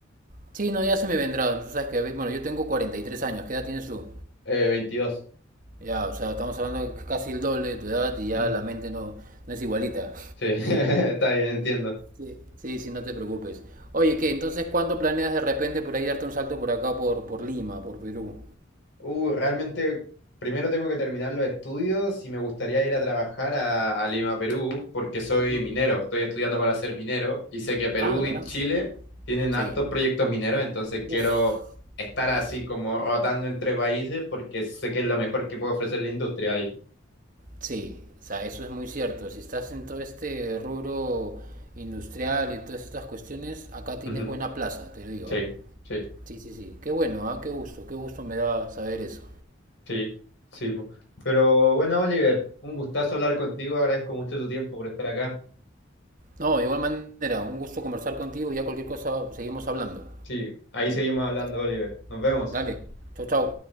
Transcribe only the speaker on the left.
Eh, 22.
Mm,
sí. <laughs> Está bien, entiendo.
Uh, realmente primero tengo que terminar los estudios y me gustaría ir a trabajar a, a Lima, Perú, porque soy
minero, estoy estudiando para ser minero y sé que Perú
y
Chile tienen
hartos proyectos mineros, entonces quiero
estar
así como rotando entre países porque sé que es lo mejor que puede ofrecer la industria ahí.
Ujú,
Sí,
sí,
sí, sí. po. Pero bueno, Oliver, un gustazo hablar contigo, agradezco mucho tu tiempo por estar acá.
Sí, ahí seguimos hablando,
Oliver. Nos vemos.